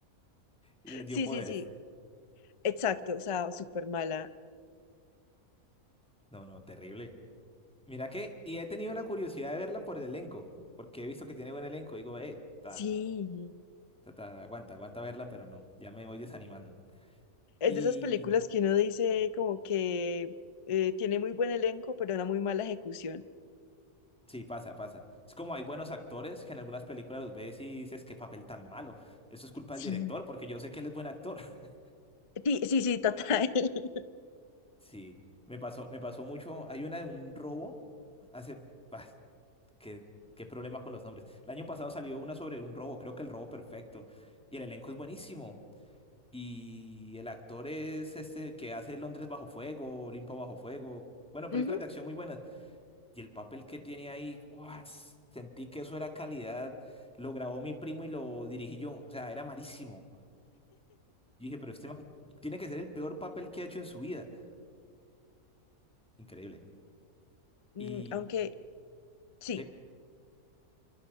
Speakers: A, in the centre; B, on the left.
A: <laughs> y les dio
B: sí,
A: poderes.
B: sí, sí, exacto, o sea, súper mala.
A: No, no, terrible. Mira que, y he tenido la curiosidad de verla por el elenco, porque he visto que tiene buen elenco. Digo, eh, está.
B: Sí.
A: Ta, aguanta, aguanta verla, pero no, ya me voy desanimando.
B: Es
A: Y
B: de esas películas que uno dice como que eh, tiene muy buen elenco, pero una muy mala ejecución.
A: sí, pasa, pasa. Es como hay buenos actores que en algunas películas los ves y dices, qué papel tan malo. Eso es culpa
B: Sí.
A: del director, porque yo sé que él es buen actor. <laughs>
B: Sí, sí, sí, total. <laughs>
A: Sí, me pasó, me pasó mucho. Hay una de un robo hace... ah, qué, qué problema con los nombres. El año pasado salió una sobre un robo, creo que el robo perfecto. Y el elenco es buenísimo. Y el actor es este que hace Londres bajo fuego, Olimpo bajo fuego. Bueno, películas
B: Ujú.
A: de acción muy buenas. Y el papel que tiene ahí, ¡guau! sentí que eso era calidad. Lo grabó mi primo y lo dirigí yo. O sea, era malísimo. Yo dije, pero este man tiene que ser el peor papel que ha hecho en su vida. Increíble.
B: Mm,
A: Y...
B: Aunque sí,
A: ¿Sí?